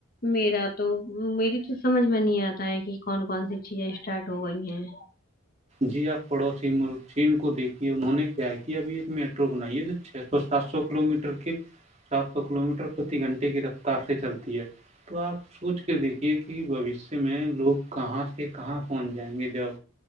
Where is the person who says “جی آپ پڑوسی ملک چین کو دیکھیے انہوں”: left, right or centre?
Right